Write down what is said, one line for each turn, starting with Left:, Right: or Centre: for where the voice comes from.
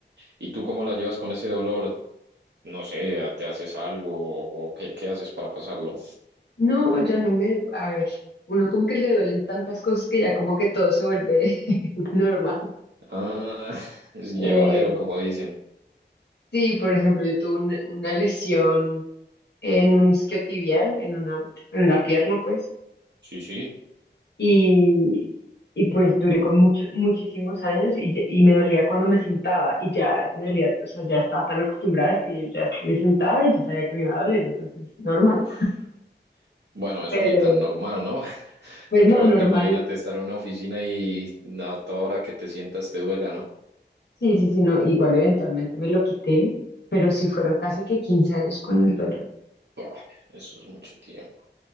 Right: ¿Y tú cómo la llevas con ese dolor? No sé, ¿te haces algo o qué, qué haces para pasarlo?
Left: No, ya no me, a ver, uno como que le duelen tantas cosas que ya como que todo se vuelve <laughs> normal.
Right: Ah, <laughs> es llevadero,
Left: Eh,
Right: como dicen.
Left: sí, por ejemplo, yo tuve una una lesión en un isquiotibial, en una, en la pierna, pues,
Right: Sí, sí.
Left: y, y pues duré con muchos, muchísimos años y, ya- y me dolía cuando me sentaba y ya me dolía, o sea, ya estaba tan acostumbrada es que yo ya me sentaba y ya sabía que me iba a doler, entonces, normal.
Right: Uf. Bueno, eso
Left: Pero,
Right: ni tan normal, ¿no? <laughs>
Left: pues
Right: Porque
Left: no,
Right: ahora
Left: normal.
Right: imagínate estar en una oficina y a toda hora que te sientas te duela, ¿no?
Left: Sí, sí, sí, no, igual eventualmente me lo quité, pero sí fueron casi que 15 años con el dolor.
Right: Vale, eso es mucho tiempo.